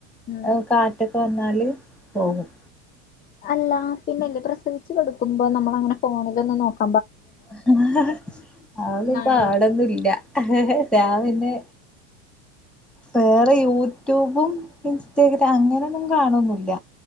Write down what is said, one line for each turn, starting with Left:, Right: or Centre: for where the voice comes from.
Left: ഉം
Centre: ആയ് കാട്ട ക്കെ വന്നാല് പോവും
Left: അല്ല പിന്നെല്ല പ്രസവിച്ചു കെടക്കുമ്പോ നമ്മളങ്ങനെ ഫോണിലൊന്നും നോക്ക
Centre: അതൊന്നും
Left: എന്താണ്
Centre: പാടൊന്നുംല്ല ഞാ പിന്നെ വേറെ യൂ ട്ടുബും ഇൻസ്റ്റഗ്ര അങ്ങനൊന്നും കാണുന്നുവില്ല